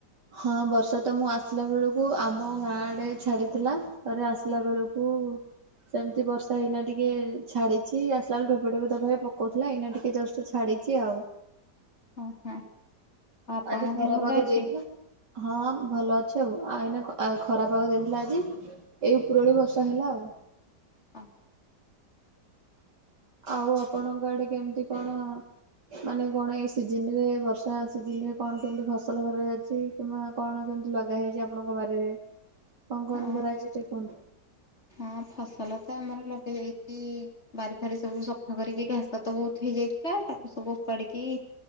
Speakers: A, on the right; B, on the left.
A: ହଁ ବର୍ଷା ତ ମୁଁ ଆସିଲା ବେଳକୁ ଆମ ଗାଁ ଆଡେ ଛାଡିଥିଲା। ତାପରେ ଆସିଲା ବେଳକୁ ସେମିତି ବର୍ଷା ଏଇନା ଟିକେ ଛାଡିଚି ଆସିଲାବେଳେ ଠୋପେ ଠୋପେ ପକୋଉଥିଲା ଏଇନା ଟିକେ ଜଷ୍ଟ ଛାଡିଚି ଆଉ।
B: ଓ ହଁ ଆଉ ଆପଣଙ୍କ
A: ଆଜି ଖରା
B: ଦେହ ଭଲ
A: ପାଗ
B: ଅଛି?
A: ଦେଇଥିଲା। ହଁ ଭଲ ଅଛି ଆଉ ଆ ଏଇନା ଖ ଆ ଖରାପ ପାଗ ଦେଇଥିଲା ଆଜି ଏଇ ଉପରବୋଳି ବର୍ଷା ହେଲା ଆଉ।
B: ହ
A: ଆଉ ଆପଣଙ୍କ ଆଡେ କେମିତି କଣ ମାନେ କଣ ଏଇ ସିଜିନରେ ବର୍ଷା ସିଜନରେ କଣ କେମତି ଫସଲ କରାଯାଉଚି। କିମ୍ବା କଣ କେମିତି ଲଗା ହେଇଚି। ଆପଣଙ୍କ ବାରିରେ କଣ କୁହନ୍ତୁ
B: ହଁ
A: କରା ହେଇଚି ଟିକେ କୁହନ୍ତୁ।
B: ହଁ ଫସଲ ତ ଆମର ଲଗା ଯାଇଚି ବାରି ଫାରି ସବୁ ସଫା କରିକି ଘା ସ ତ ବୋହୁତ ହେଇଯାଇଥିଲା ତାକୁ ସବୁା ଓପାଡିକି